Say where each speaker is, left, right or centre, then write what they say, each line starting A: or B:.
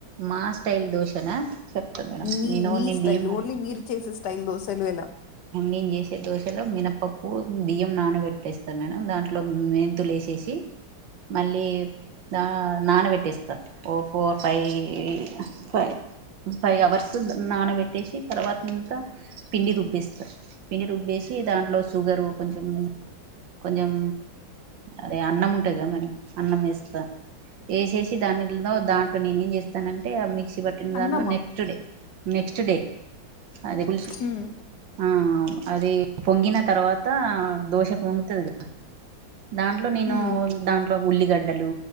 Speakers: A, on the right; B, on the left.
A: మా స్టైల్ దోషనా చెప్తా మేడం
B: మీ
A: నేను
B: మీ
A: నేను
B: స్టైల్
A: బియ్యం నా
B: ఓన్లీ మీరు చేసే స్టైల్ దోశలు ఎలా
A: నేను చేసే దోశలో మినపప్పు బియ్యం నానబెట్టేస్తా మేడం దాంట్లో మెంతులు ఎసేసి సి మళ్ళీ ద నానబెట్టేస్తా ఓ ఫోర్ ఫైయీ ఫై ఫైవ్ అవర్స్ నానబెట్టేసి తర్వాతంతా పిండి రుబ్బిస్ పిండి రుబ్బేసి దాంట్లో షుగరు కొంచెం కొంచెం అదే అన్నం ఉంటది కదా మేడం అన్నం ఎస్తా ఎసేసి దానిలో దాంట్లో నేను ఏం చేస్తానంటే ఆ మిక్సీ పట్టిన్
B: అన్నమా
A: దాంట్లో నెక్స్ట్ డే నెక్స్ట్ డే అది పులుసు
B: హ్మ్
A: ఆ అవును అది పొంగిన తర్వాత దోశ పొంగుతది కదా దాంట్లో నేను
B: హ్మ్
A: దాంట్ ఉల్లిగడ్డలు